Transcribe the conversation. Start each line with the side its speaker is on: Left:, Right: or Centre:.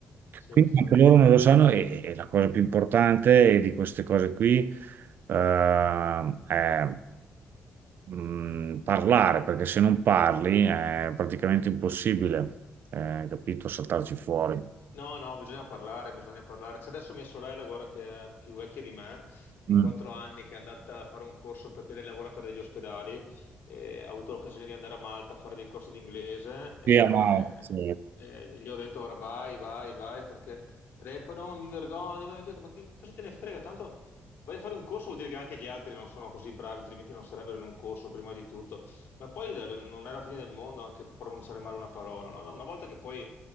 Left: Sì,
Right: Quindi
Left: infatti.
Right: anche loro non lo sanno e, e la cosa più importante di queste cose qui eh, è mh, parlare, perché se non parli è praticamente impossibile, eh, capito, saltarci fuori.
Left: No, no, bisogna parlare, bisogna parlare. C'è adesso mia sorella, guarda, che è più vecchia di me, di
Right: Mm.
Left: quattro anni, che è andata a fare un corso perché lei lavora per degli ospedali e ha avuto l'occasione di andare a Malta a fare dei corsi di inglese e,
Right: Sì, ma sì,
Left: e gli ho detto, guarda, vai, vai, vai, perché lei poi no, mi vergogno, ho detto, ma che- cosa te ne frega? Tanto vai a fare un corso vuol dire che anche gli altri non sono così bravi, altrimenti non sarebbero in un corso prima di tutto. Ma poi eh, non è la fine del mondo anche pronunciare male una parola, no? Una volta che poi